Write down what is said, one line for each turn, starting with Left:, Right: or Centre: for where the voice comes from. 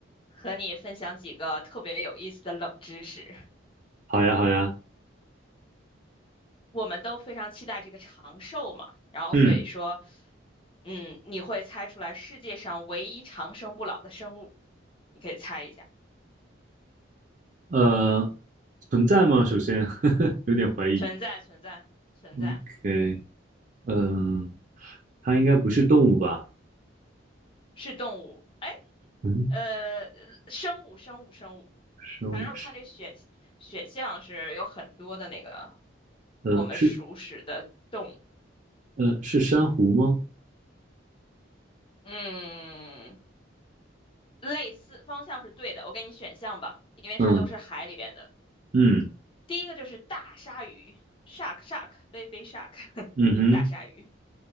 Left: 和你分享几个特别有意思的冷知识。
Right: 好呀，好呀，
Left: 我们都非常期待这个长寿嘛，然后所以说，
Right: 嗯，
Left: 嗯，你会猜出来世界上唯一长生不老的生物，你可以猜一下，
Right: 呃，存在吗？首先 <laughs> 有点怀疑。
Left: 存在存在存在，
Right: OK，嗯，它应该不是动物吧？
Left: 是动物，哎，
Right: 嗯，
Left: 呃，生物生物生物，
Right: 生物是，
Left: 反正我看这选选项是有很多的那个
Right: 呃，
Left: 我们熟识的动物，
Right: 是，呃，是珊瑚吗？
Left: 嗯。类似方向是对的，我给你选项吧，因为它都是海里边的。
Right: 嗯嗯
Left: 第一个就是大鲨鱼，shark shark baby shark，<laughs>
Right: 嗯哼，
Left: 大鲨鱼。